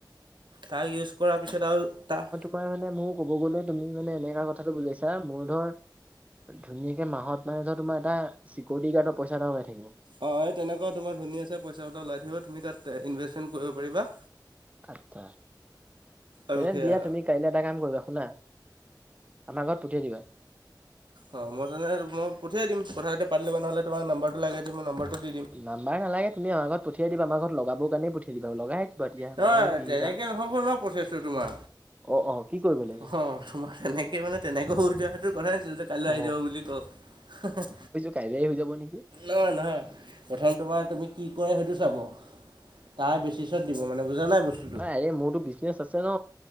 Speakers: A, on the right; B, on the right.
A: তাই ইউজ কৰা পিছত আও তা-
B: পায় মানে মও ক'ব গ'লে তুমি মানে এনেকা কথাটো বুজাইছা, মোৰ ধৰ- ধুনীয়াকে মাহত মানে ধৰ তোমা এটা চিকয়দি গাৰ্ড পইচা এটা ওলাই থাকিব।
A: অঁ এ তেনকুৱা তোমাৰ ধুনীয়াছে পইচা এটা ওলাই থাকিব তুমি তাত ইনভেষ্টমেণ্ট কৰিব পাৰিবা।
B: আৎচ্ছা
A: আৰু
B: তেয়ে
A: সেয়া
B: দিয়া তুমি কাইলে এটা কাম কৰিবা শুনা- আমা ঘৰত পঠিয়াই দিবা।
A: অঁ মই তেনে মই পঠিয়াই দিম কথা কিটা পাতি লবা নহ'লে তোমাক নাম্বাৰটো লাগে যদি মই নম্বাৰটো দি দিম।
B: নাম্বাৰ নালাগে তুমি আমা ঘৰত পঠিয়াই দিবা আমা ঘত লগাব কাণেই পঠিয়াই দিবা। লগাই- দিবা দিয়া
A: নহয়,
B: মই ত্ৰিশ
A: তেনেকে
B: হাজাৰ
A: নহ'ব ন প্ৰচেছটো তোমা।
B: অ অ কি কৰিবলে?
A: অহঁ তোমাৰ তেনেকে মানে তেনেকৈ হৈ যোৱাটো কথাই নাছিল যে কাইলৈ
B: অ
A: আহি যাব বুলি ক হেঁ হেঁ।
B: কাইলেই হৈ যাব নিকি?
A: নহয় নহয়, প্ৰথম তোমাৰ তুমি কি কৰে সেইটো চাব, তাৰ বেছিছ- ছত দিব মানে বুজা নাই বচ-
B: আঁয় এ মোৰতো বিজনেচ আছে ন।